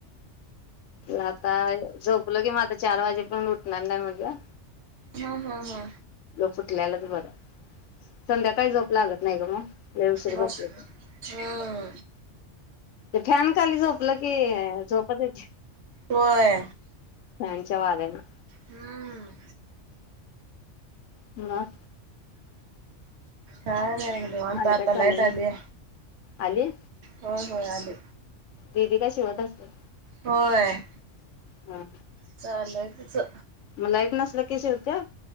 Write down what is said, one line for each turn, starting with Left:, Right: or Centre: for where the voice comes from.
Left: आता झोपले की मग चार वाजेपर्यंत उठणार नाही म्हणलं.
Right: हा हा हा.
Left: उठल्यालाच बर संध्याकाळी झोप लागत नाही ग मग लय उशीर झोपलं
Right: मग हम्म
Left: की. <inaudible> खाली झोपलं की झोपतच.........
Right: होय
Left: नाय. <inaudible>
Right: हम्म
Left: हम <unintelligible>
Right: हा नाही निवांत
Left: आणि
Right: आता
Left: काय चाललंय
Right: लाईट आलीया,
Left: मग आली
Right: होय होय आली.
Left: दीदी, काय शिवत असते?
Right: होय
Left: हा
Right: चालूय तिचं
Left: मला एक ना नकी शिवत्या